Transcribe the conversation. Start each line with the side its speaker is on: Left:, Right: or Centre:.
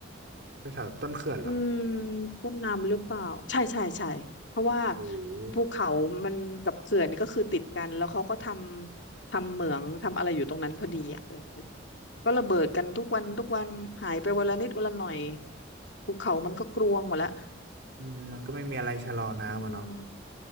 Right: แถวแถวต้นเขื่อนเหรอ
Left: อืมต้นน้ำหรือเปล่าใช่ใช่ใช่เพราะว่า
Right: โอ้โห
Left: ภูเขามันกับเขื่อนนี่ก็คือติดกันแล้วเขาก็ทำทำเหมืองทำอะไรอยู่ตรงนั้นพอดีอ่ะเออก็ระเบิดกันทุกวันทุกวันหายไปวันละนิดวันละหน่อยภูเขามันก็กรวงหมดละ
Right: อืมมันก็ไม่มีอะไรชะลอน้ำอะเนาะ
Left: อืม